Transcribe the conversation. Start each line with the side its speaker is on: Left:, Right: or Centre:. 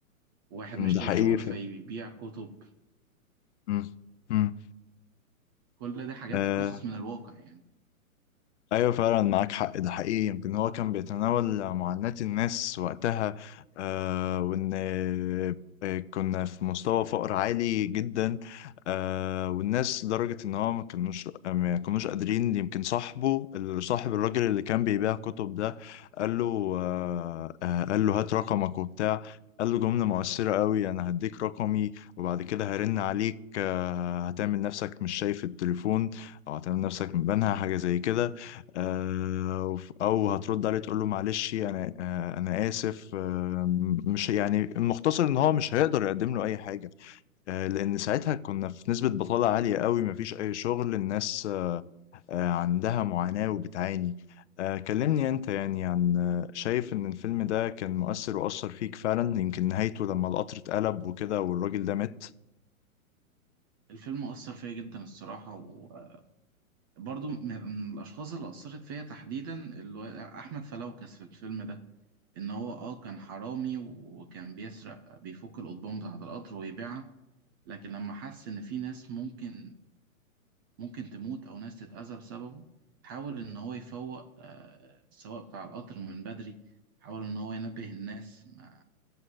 Right: واحد مش
Left: ده حقيقي
Right: لاقي شغل فيبيع كتب
Left: مم. مم.
Right: كل دي حاجات
Left: آه،
Right: قصص من الواقع يعني
Left: ايوه فعلا معاك حق ده حقيقي يمكن هو كان بيتناول معاناة الناس وقتها آه وان آه، كنا في مستوى فقر عالي جدا آه والناس لدرجة ان هو ما كانوش ما كانوش قادرين يمكن صاحبه صاحب الراجل اللي كان بيبيع كتب ده قال له آه آه قال له هات رقمك وبتاع قال له جملة مؤثرة قوي انا هديك رقمي وبعد كده هرن عليك آه هتعمل نفسك مش شايف التليفون او هتعمل نفسك مبانها حاجة زي كده آه، او هترد عليه تقول له معلش انا آه، انا اسف آه، مش يعني المختصر ان هو مش هيقدر يقدم له اي حاجه آه، لان ساعتها كنا في نسبه بطاله عاليه قوي مفيش اي شغل الناس آه، عندها معاناه وبتعاني آه، كلمني انت يعني عن آه، شايف ان الفيلم ده كان مؤثر واثر فيك فعلا يمكن نهايته لما القطر اتقلب وكده والراجل ده مات
Right: الفيلم أثر فيا جدا الصراحة وبرضو من من الأشخاص اللي أثرت فيا تحديدا اللي هو أحمد فلوكس في الفيلم ده إن هو أه كان حرامي وكان بيسرق بيفك القضبان بتاعة القطر ويبيعها لكن لما حس ان في ناس ممكن ممكن تموت او ناس تتأذى بسببه حاول ان هو يفوق آه، السواق بتاع القطر من بدري حاول ان هو ينبه الناس ما